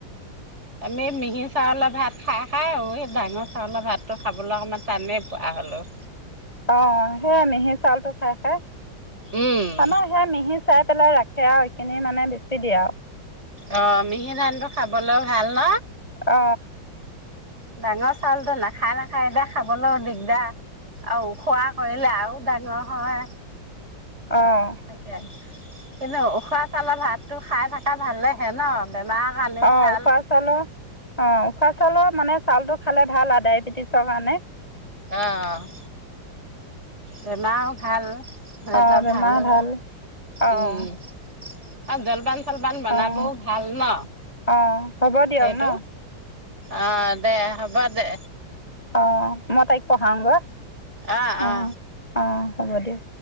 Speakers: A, on the right; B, on the left.
A: আমি মিহি চাউলৰ ভাত খাই খাই আৰু সেই ডাঙৰ চাউলৰ ভাতটো খাবলৈ অকণমান টানেই পোৱা হ'লো।
B: অ, সেইয়া মিহি চাউলটো খাই খাই
A: উম।
B: আমাৰ সেয়া মিহি চাই পেলাই ৰাখে। সেয়া আৰু এইখিনি মানে বেছি দিয়ে আৰু
A: অ মিহি ধান টো খাবলৈ ভাল ন?
B: অ
A: ডাঙৰ চাউলটো নাখায় নাখায় এতিয়া খাবলৈও দিগদাৰ। আৰু ওখোৱা কৰিলে আৰু ডাঙৰ হয়।
B: অঁ
A: তাকে। কিন্তু উখোৱা চাউলৰ ভাতটো খাই থকা ভালেহে ন? বেমাৰৰ কাৰণেও
B: অ'
A: ভাল।
B: উখুৱা চাউলৰ, অ' উখুৱা চাউ চাউলৰ মানে চাউলটো খালে ভাল আৰু ডায়েবেটিছৰ কাৰণে।
A: অ' অ' বেমাৰো ভাল। হেল'
B: অঁ
A: <inaudible>
B: বেমাৰ
A: ভালো
B: ভাল অঁ
A: উম। <inaudible> ফলপান <unintelligible> বনাবও
B: অঁ
A: ভাল ন?
B: অঁ হ'ব দিয়ক
A: সেইটো।
B: ন
A: অ' দে হ'ব দে।
B: অ' মই তাইক পঢ়াওঁগৈ।
A: আ'-
B: অঁ
A: আ'
B: অঁ হ'ব দিয়ক।